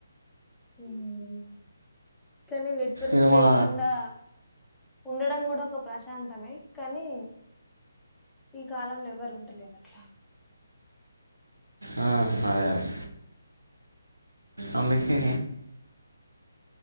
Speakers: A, in the centre; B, on the right.
A: హ్మ్ కానీ నెట్వర్క్
B: ఇక
A: లేకుండా
B: మా
A: ఉండడం కూడా ఒక ప్రశాంతమే కానీ ఈ కాలంల ఎవరు ఉంటలేరు అట్లా
B: ఆ అదే అదే అందుకే